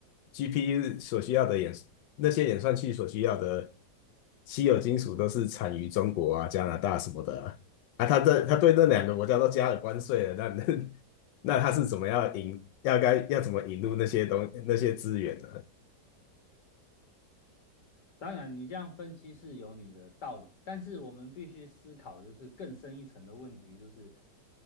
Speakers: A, on the left; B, on the left.
A: ，GPU 所需要的演那些演算器所需要的稀有金属都是产于中国啊、加拿大什么的啊，啊他这他对那两个国家都加了关税了，那 <laughs> 那那他是怎么样引，要该要怎么引入那些东那些资源呢？
B: 当然，你这样分析是有你的道理，但是我们必须思考就是更深一层的问题，就是